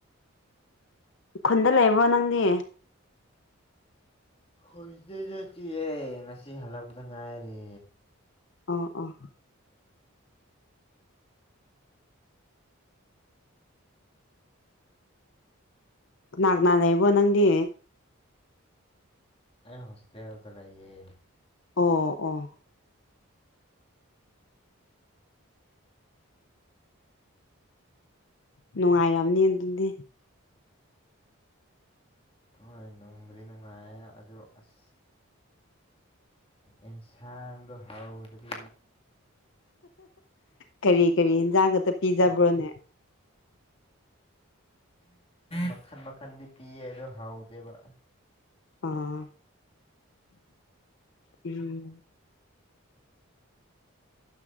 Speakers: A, on the left (about 55°); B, on the left (about 25°).
A: ꯈꯨꯟꯗ ꯂꯩꯕ꯭ꯔꯣ ꯅꯪꯗꯤ
B: ꯍꯣꯏꯗ ꯆꯠꯠꯇꯍꯦ ꯉꯁꯤ ꯍꯜꯂꯛꯄꯗ ꯉꯥꯏꯔꯤ
A: ꯑꯥ ꯑꯥ ꯀꯅꯥ ꯀꯅꯥ ꯂꯩꯕꯣ ꯅꯪꯗꯤ
B: ꯑ ꯍꯣꯁꯇꯦꯜꯦꯜꯗ ꯂꯩꯌꯦ
A: ꯑꯣ ꯑꯣ ꯅꯨꯡꯉꯥꯏꯔꯝꯅꯤ ꯑꯗꯨꯗꯤ
B: ꯍꯣꯏ ꯅꯨꯡꯕꯨꯗꯤ ꯅꯨꯡꯉꯥꯏ ꯑꯗꯨ ꯑꯁ ꯏꯟꯁꯥꯡꯗ ꯍꯥꯎꯗꯤꯀ
A: ꯀꯔꯤ ꯀꯔꯤ ꯌꯦꯟꯖꯥꯡ ꯈꯛꯇ ꯄꯤꯖꯕ꯭ꯔꯣꯅꯦ
B: ꯃꯈꯟ ꯃꯈꯟꯗꯤ ꯄꯤꯌꯦ ꯑꯗꯣ ꯍꯥꯎꯗꯦꯕ
A: ꯑꯥ ꯎꯝ